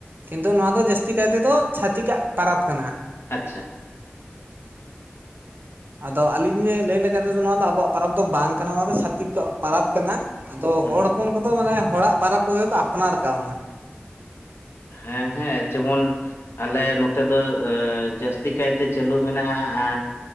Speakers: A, on the right (about 50°); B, on the left (about 70°).
A: ᱠᱤᱱᱛᱩ ᱱᱚᱣᱟ ᱫᱚ ᱡᱟᱹᱥᱛᱤ ᱠᱟᱭ ᱛᱮᱫᱚ ᱪᱷᱟᱹᱛᱤᱠᱟᱜ ᱯᱚᱨᱚᱵᱽ ᱠᱟᱱᱟ᱾
B: ᱟᱪᱪᱷᱟ
A: ᱟᱫᱚ ᱟᱹᱞᱤᱧ ᱞᱟᱹᱭ ᱞᱮᱠᱟᱟᱱ ᱛᱮᱫᱚ ᱱᱚᱣᱟ ᱫᱚ ᱟᱵᱚᱣᱟᱜ ᱯᱨᱟᱟᱵᱽ ᱫᱚ ᱵᱟᱝ ᱠᱟᱱᱟ᱾ ᱱᱚᱣᱟ ᱫᱚ ᱪᱷᱟᱹᱛᱤᱠ ᱠᱚᱣᱟᱜ ᱯᱟᱨᱟᱵᱽ ᱠᱟᱱᱟ᱾ ᱟᱫᱚ
B: ᱦᱩᱸ
A: ᱦᱚᱲ ᱦᱚᱯᱚᱱ ᱠᱚᱫᱚ ᱢᱟᱱᱮ ᱦᱚᱲᱟᱜ ᱯᱚᱨᱚᱵᱽ ᱠᱚ ᱜᱮ ᱠᱚ ᱟᱯᱱᱟᱨ ᱠᱟᱣᱱᱟ᱾
B: ᱦᱮᱸ ᱦᱮᱸ ᱡᱮᱢᱚᱱ ᱟᱞᱮ ᱱᱚᱛᱮ ᱫᱚ ᱡᱟᱹᱥᱛᱤ ᱠᱟᱭᱛᱮ ᱪᱟᱹᱞᱩ ᱢᱮᱱᱟᱜᱼᱟ